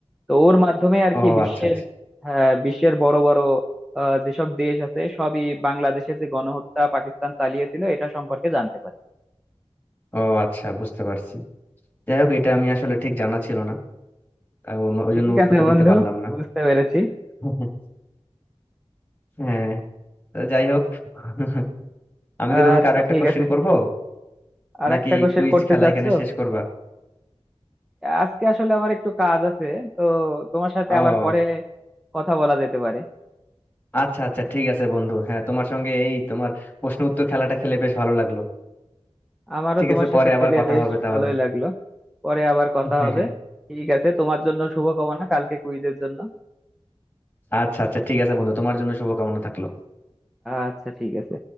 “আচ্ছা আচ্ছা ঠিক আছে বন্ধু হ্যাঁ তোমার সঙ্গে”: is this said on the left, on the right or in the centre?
Left